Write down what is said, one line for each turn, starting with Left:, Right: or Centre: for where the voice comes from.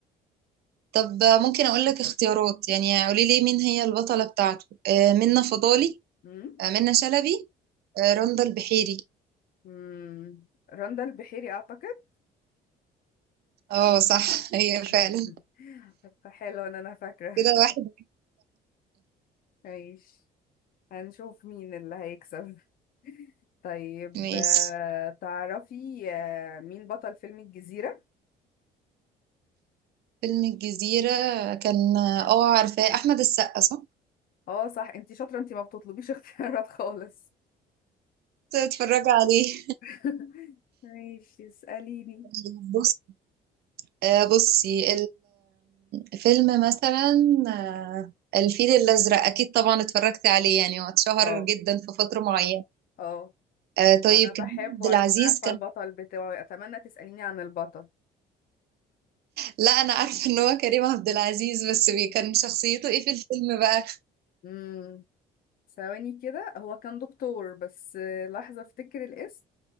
Right: طب ممكن أقول لك اختيارات يعني قوليلي مين هي البطلة بتاعته آه منة فضالي
Left: امم
Right: آه منة شلبي آه رندا البحيري
Left: امم رندا البحيري اعتقد
Right: اه صح <laughs> هي فعلا
Left: <laughs> حلو ان انا فاكرة
Right: كده واحد
Left: ماشي هنشوف مين اللي هيكسب طيب
Right: ماشي
Left: آه، تعرفي آه، مين بطل فيلم الجزيرة
Right: فيلم الجزيرة كان اه عارفاه أحمد السقا صح؟
Left: اه صح انتي شاطرة انتي ما بتطلبيش اختيارات خالص
Right: تتفرجي عليه
Left: <laughs> ماشي اسأليني
Right: <laughs> بص آه، بصي الفيلم مثلا آه، الفيل الأزرق أكيد طبعا اتفرجت عليه يعني هو اتشهر
Left: اه
Right: جدا في فترة معينة
Left: اه
Right: آه، طيب
Left: انا بحبه
Right: كريم عبد العزيز
Left: عشان عارفة
Right: كان
Left: البطل بتاعي اتمنى تسأليني عن البطل
Right: لا أنا عارفة إن هو كريم عبد العزيز بس بي- كان شخصيته إيه في الفيلم بقى؟
Left: امم ثواني كده هو كان دكتور بس آه، لحظة افتكر الاسم